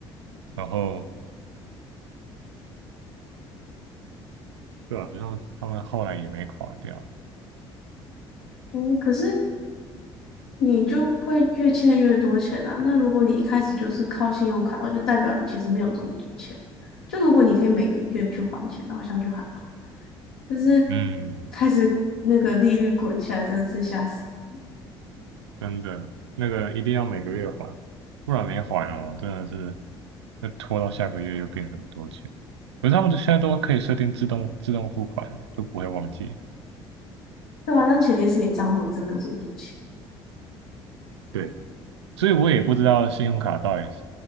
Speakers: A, on the right; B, on the left.
A: 然后对啊，然后他们后来也没垮掉。
B: 嗯，可是你就会越欠越多钱啊。那如果你一开始就是靠信用卡，那就代表你其实没有这么多钱。就如果你可以每个月去还钱，那好像就还好。但是
A: 嗯，
B: 开始那个利率滚起来，真的是吓死人。
A: 真的，那个一定要每个月还，不然没还哦，真的是，那拖到下个月又变很多钱。可是他们都现在都可以设定自动自动付款，就不会忘记。
B: 对吧？但前提是你账户里真的有这么多钱。
A: 对，所以我也不知道信用卡到底